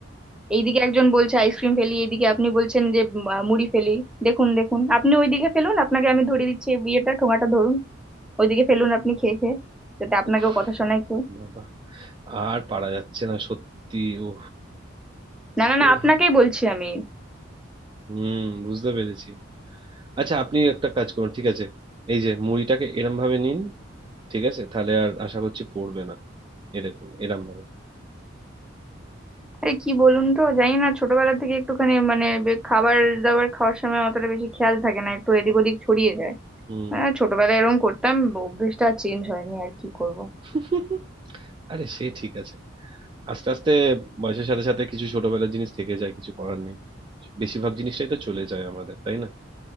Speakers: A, in the centre; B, on the right.
A: এইদিকে একজন বলছে আইসক্রিম ফেলি এইদিকে আপনি বলছেন যে উম, আহ, মুড়ি ফেলি দেখুন দেখুন আপনি ওইদিকে ফেলুন আপনাকে আমি ধরিয়ে দিচ্ছি এই বিয়েটা ঠোঙাটা ধরুন ওইদিকে ফেলুন আপনি খেয়ে খেয়ে যাতে আপনাকেও
B: উফ
A: কথা শোনায় কেউ
B: বাবা আর পারা যাচ্ছে না সত্যি ও
A: না না
B: এই
A: না আপনাকেই বলছি আমি
B: হুম বুঝতে পেরেছি আচ্ছা আপনি একটা কাজ করুন ঠিক আছে এই যে মুড়িটাকে এরম ভাবে নিন ঠিক আছে তাহলে আর আশা করছি পড়বে না এ দেখুন এরম ভাবে
A: আরে কি বলুন তো জানি না ছোটবেলা থেকে একটুখানি মানে বে- খাবার দাবার খাওয়ার সময় অতটা বেশি খেয়াল থাকে না একটু এদিক ওদিক ছড়িয়ে যায়
B: হুম
A: হ্যাঁ ছোটবেলায় এরকম করতাম অভ্যেসটা চেঞ্জ হয়নি আর কি করব
B: <laughs> আরে সে ঠিক আছে আস্তে আস্তে বয়সের সাথে সাথে কিছু ছোটবেলার জিনিস থেকে যায় কিছু করার নেই বেশিরভাগ জিনিসটাই তো চলে যায় আমাদের তাই না